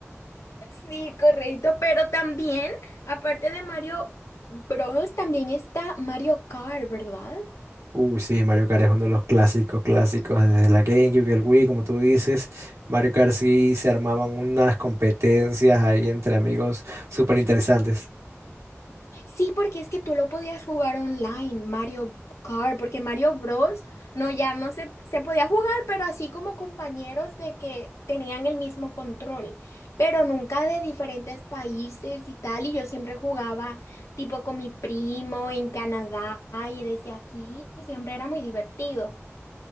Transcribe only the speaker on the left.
Sí, correcto, pero también, aparte de Mario Bros, también está Mario Kart, ¿verdad?
Sí, porque es que tú lo podías jugar online, Mario Kart, porque Mario Bros. no, ya no se, se podía jugar, pero así como compañeros de que tenían el mismo control, pero nunca de diferentes países y tal, y yo siempre jugaba tipo con mi primo en Canadá y desde aquí, y siempre era muy divertido.